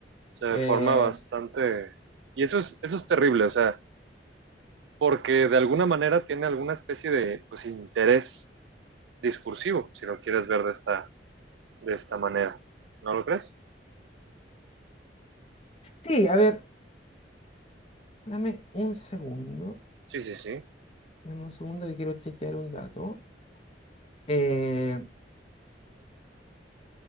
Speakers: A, on the right; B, on the left.
A: Se de
B: eh.
A: forma bastante... Y eso es, eso es terrible, o sea, porque de alguna manera tiene alguna especie de pues, interés discursivo, si lo quieres ver de esta, de esta manera. ¿No lo crees?
B: Sí, a ver, dame un segundo.
A: Sí, sí, sí.
B: Dame un segundo que quiero chequear un dato. Eh,